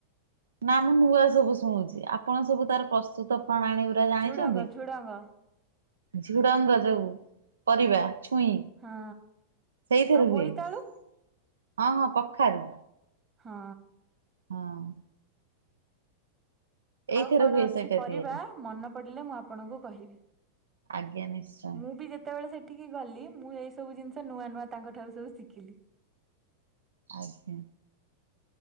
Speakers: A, on the right (about 70°); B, on the right (about 25°).
A: ନା ମୁଁ ନୂଆ ସବୁ ଶୁଣୁଛି। ଆପଣ ସବୁ ତାର ପ୍ରସ୍ତୁତ ପ୍ରଣାଳୀ, ଗୁଡା ଜାଣିଛନ୍ତି?
B: ଝୁଡଙ୍ଗ ଝୁଡଙ୍ଗ
A: ଝୁଡଙ୍ଗ ଯୋଉ ପରିବା। ପୁଣି,
B: ହଁ
A: ସେଇଥିରେ
B: ଆଉ ବୋଇତାଳୁ
A: ହୁଏ? ହଁ, ହଁ କଖାରୁ
B: ହଁ।
A: ହଁ। ଏଇଥିରେ
B: ଆଉ କଣ,
A: ହୁଏ
B: ଅଛି
A: ସେଇଟା
B: ପରିବା?
A: ତିଆରି
B: ମନେ ପଡ଼ିଲେ ମୁଁ ଆପଣଙ୍କୁ କହିବି।
A: ଆଜ୍ଞା ନିଶ୍ଚୟ
B: ମୁଁ ବି ଯେତେବେଳେ, ସେ ଠିକି, ଗଲି ମୁଁ ଏଇ ସବୁ ଜିନିଷ ନୂଆ, ନୂଆ ତାଙ୍କ ଠାରୁ ସବୁ ଶିଖିଲି।
A: ଆଜ୍ଞା।